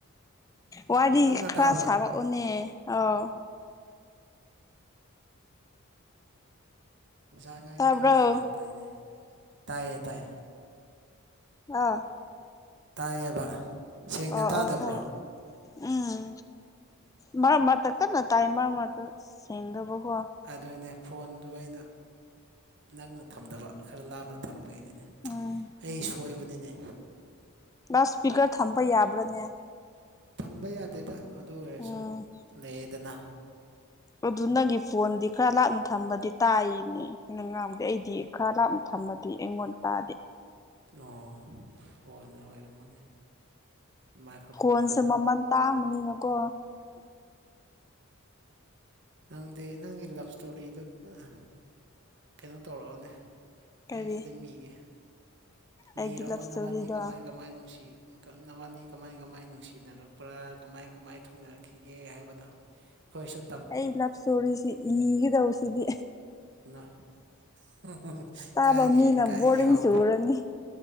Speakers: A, on the left (about 15°); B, on the right (about 55°).
A: ꯋꯥꯔꯤ
B: ꯇꯞꯅ
A: ꯈꯔ
B: ꯇꯥꯕ꯭ꯔꯥ
A: ꯁꯥꯔꯛꯎꯅꯦ ꯑꯧ
B: <unintelligible> ꯒꯌ꯭ꯥꯟ
A: ꯇꯥꯕ꯭ꯔꯣ
B: ꯇꯥꯏꯅꯦ ꯇꯥꯕ꯭ꯔꯣ ꯇꯥꯏꯌꯦ ꯇꯥꯏꯌꯦ
A: ꯑꯥ
B: ꯇꯥꯏꯌꯦꯕ ꯁꯦꯡꯅ
A: ꯑꯣ
B: ꯇꯥꯗꯕ꯭ꯔꯣ
A: ꯑꯣ <unintelligible> ꯎꯝ ꯃꯔꯛ ꯃꯔꯛꯇ ꯀꯟꯅ ꯇꯥꯏ ꯃꯔꯛ ꯃꯔꯛꯇ ꯁꯦꯡꯗꯕꯀꯣ
B: ꯑꯗꯨꯅꯦ ꯐꯣꯟꯗꯨ ꯑꯩꯅ ꯅꯛꯅ ꯊꯝꯗꯕ ꯈꯔ ꯂꯥꯞꯅ ꯊꯝꯕꯒꯤꯅꯤꯅꯦ
A: <unintelligible>
B: ꯑꯩ ꯁꯣꯏꯕꯅꯤꯅꯦ
A: ꯂꯥꯁ ꯏꯁꯄꯤꯀꯔ ꯊꯝꯕ ꯌꯥꯕ꯭ꯔꯥꯅꯦ
B: ꯊꯝꯕ ꯌꯥꯗꯦꯗ ꯑꯗꯨ ꯑꯣꯏꯔꯁꯨ
A: ꯎꯝ
B: ꯂꯩꯌꯦꯗꯅ꯫
A: ꯑꯗꯨ ꯅꯪꯒꯤ ꯐꯣꯟꯗꯤ ꯈꯔ ꯂꯥꯞꯅ ꯊꯝꯕꯗꯤ ꯇꯥꯏꯋꯦꯃꯤ ꯑꯩꯅ ꯉꯥꯡꯕꯗꯤ ꯑꯩꯗꯤ ꯈꯔ ꯂꯥꯞꯅ ꯊꯝꯃꯗꯤ ꯑꯩꯉꯣꯟꯗ ꯇꯥꯗꯦ
B: ꯑꯣ ꯐꯣꯟꯅ ꯑꯣꯏꯔꯝꯒꯅꯤ ꯃꯥꯏꯀ꯭ꯔꯣꯐꯣꯟꯗꯨ
A: ꯐꯣꯟꯁꯦ ꯃꯃꯜ ꯇꯥꯡꯕꯅꯤꯅꯀꯣ
B: ꯅꯪꯗꯤ ꯅꯪꯒꯤ ꯂꯞ ꯏꯁꯇꯣꯔꯤꯗꯣ ꯅꯥ ꯀꯩꯅꯣ ꯇꯧꯔꯛꯑꯣꯅꯦ
A: ꯀꯔꯤ
B: ꯑꯩ ꯐꯤꯗꯝ ꯏꯒꯦ ꯂꯤꯔꯛꯑꯣ
A: ꯑꯩꯒꯤ ꯂꯞ ꯏꯁꯇꯣꯔꯤꯗꯣ
B: ꯅꯕꯅꯤ ꯀꯃꯥꯏ ꯀꯃꯥꯏ ꯅꯨꯡꯁꯤ <unintelligible> ꯅꯕꯅꯤ ꯀꯃꯥꯏ ꯀꯃꯥꯏ ꯅꯨꯡꯁꯤꯅꯔꯛꯄ꯭ꯔꯥ ꯀꯃꯥꯏ ꯀꯃꯥꯏ ꯊꯨꯡꯅꯔꯛꯈꯤꯒꯦ ꯍꯥꯏꯕꯗꯣ ꯈꯣꯏꯁꯨ ꯇꯝ
A: ꯑꯩ ꯂꯞ ꯏꯁꯇꯣꯔꯤꯁꯤ ꯏꯒꯗꯧꯔꯤꯁꯤꯗꯤ
B: ꯅꯥ <unintelligible>
A: ꯇꯥꯕ
B: ꯀꯥꯏꯒꯦ
A: ꯃꯤꯅ
B: ꯀꯥꯏꯔꯒꯤ
A: ꯕꯣꯔꯤꯡ
B: ꯍꯧ
A: ꯆꯨꯔꯅꯤ